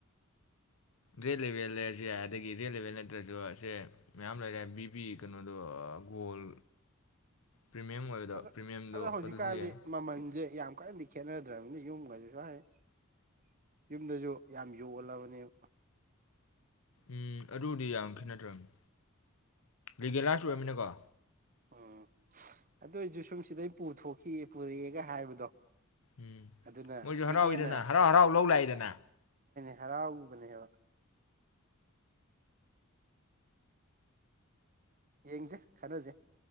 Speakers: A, on the left; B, on the right.
A: ꯔꯦꯠ ꯂꯦꯚꯦꯜ ꯂꯩꯔꯖꯨ ꯌꯥꯏ ꯑꯗꯒꯤ ꯔꯦꯠ ꯂꯦꯚꯦꯜ ꯅꯠꯇ꯭ꯔꯖꯨ ꯑꯁꯦ ꯃꯌꯥꯝ ꯂꯩꯔꯦ ꯕꯤꯕꯤ ꯀꯩꯅꯣꯗꯣ ꯑꯥ ꯒꯣꯜ ꯄ꯭ꯔꯤꯃꯤꯌꯝ ꯑꯣꯏꯕꯗꯣ
B: ꯑꯗ-ꯑꯗ
A: ꯄ꯭ꯔꯤꯃꯤꯌꯝꯗꯣ
B: ꯍꯧꯖꯤꯛꯀꯥꯟꯗꯤ
A: ꯑꯗꯨꯁꯨ ꯌꯥꯏ
B: ꯃꯃꯜꯁꯦ ꯌꯥꯝ ꯀꯟꯅꯗꯤ ꯈꯦꯠꯅꯗ꯭ꯔꯕꯅꯤ ꯌꯨꯝꯒꯁꯨ <unintelligible> ꯌꯨꯝꯗꯖꯨ ꯌꯥꯝ ꯌꯣꯜꯂꯕꯅꯦꯕ
A: ꯎꯨꯝ ꯑꯗꯨꯕꯨꯗꯤ ꯌꯥꯝ ꯈꯦꯠꯅꯗ꯭ꯔꯕꯅꯤ ꯔꯤꯒꯦꯜꯂꯥꯏꯁ ꯑꯣꯏꯔꯝꯃꯤꯅꯀꯣ
B: ꯑꯥ ꯑꯗꯨ ꯑꯣꯏꯖꯨ ꯁꯨꯝ ꯁꯤꯗꯩ ꯄꯨꯊꯣꯛꯈꯤ ꯄꯨꯔꯛꯑꯦꯒ ꯍꯥꯏꯕꯗꯣ
A: ꯎꯨꯝ
B: ꯑꯗꯨꯅꯗꯤ
A: ꯃꯣꯏꯁꯨ ꯍꯔꯥꯎꯏꯗꯅ
B: ꯍꯦꯟꯅ
A: ꯍꯔꯥꯎ-ꯍꯔꯥꯎ ꯂꯧ ꯂꯥꯛꯏꯗꯅ
B: ꯍꯔꯥꯎꯕꯅꯦꯕ-ꯁꯍ ꯌꯦꯡꯁꯦ ꯈꯟꯅꯁꯦ